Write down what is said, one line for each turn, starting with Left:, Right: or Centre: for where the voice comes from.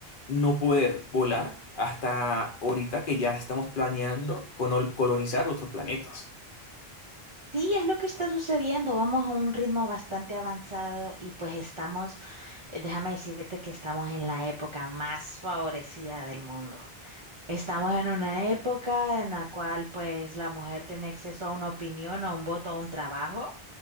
Left: no poder volar hasta ahorita que ya estamos planeando conol- colonizar otros planetas. <laughs>
Right: Sí, es lo que está sucediendo. Vamos a un ritmo bastante avanzado y pues estamos, eh, déjame decirte que estamos en la época más favorecida del mundo. Estamos en una época en la cual pues la mujer tiene acceso a una opinión, a un voto, a un trabajo